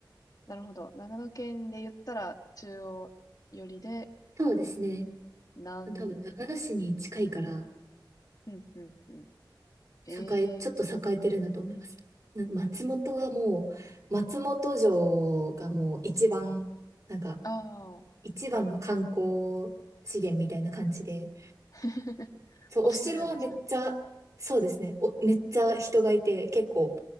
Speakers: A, on the left; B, on the right.
A: なるほど。長野県で言ったら中央寄りで、
B: そうですね。
A: 南、
B: 多分、長野市に近いから、
A: うん、うん、うん。ええ
B: 栄え、ちょっと栄えてるんだと思います。なんか松本はもう、松本城がもう一番、なんか、
A: ああ、
B: 一番の観光資源みたいな感じで、
A: <laughs>
B: そう、
A: 押してるんですね。
B: お城はめっちゃ、そうですね、お、めっちゃ人がいて、結構